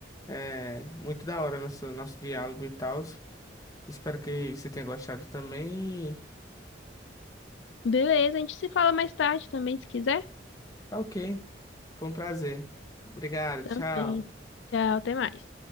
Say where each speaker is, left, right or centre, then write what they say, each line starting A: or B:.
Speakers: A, on the left (about 20°); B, on the left (about 85°).
A: É, muito da hora nosso, nosso diálogo e tal. Espero que você tenha gostado também.
B: Beleza, a gente se fala mais tarde também, se quiser.
A: Tá ok. Foi um prazer. Obrigado,
B: Também.
A: tchau.
B: Tchau, até mais.